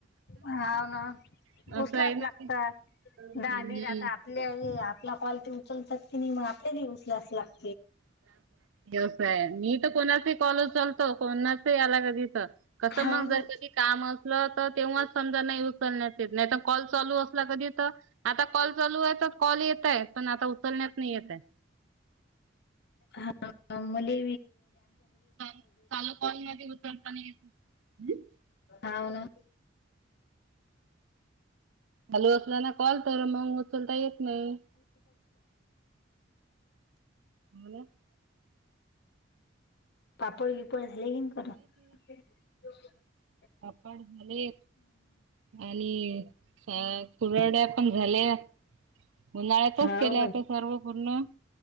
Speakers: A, on the left; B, on the right.
A: हा ना
B: असं
A: उसलाच
B: आहे ना
A: लागत
B: ते. हम्म.
A: दहा मिट आता आपले आहे ला कवाल तेी उचलतात की नाही मग आपल्याली उचला अस लाग
B: ्यवसाय मी तर कोणाच कॉलेज चालतो कोणाच याला कध कसं
A: हाव
B: मग
A: ना
B: जस की काम असलं तर तेव्हाच समजा नाही उचलण्यात नाही कॉल चालू अस कधी आता कॉल चालू कॉल येतय पण आता उचलण्यात नाही येतय
A: हा मुली
B: कालकॉन मध्ये उतरता नाही येत
A: व ना
B: हॅलो <unintelligible> ना कॉल तर मंग उचलता येत नाही. हो,
A: पापड बिपड <unintelligible>
B: अपाड झाले आणि पुरड्या पण झाल्या उन्हाळ्यातच
A: हाव
B: केले आता
A: काय?
B: सर्व पूर्ण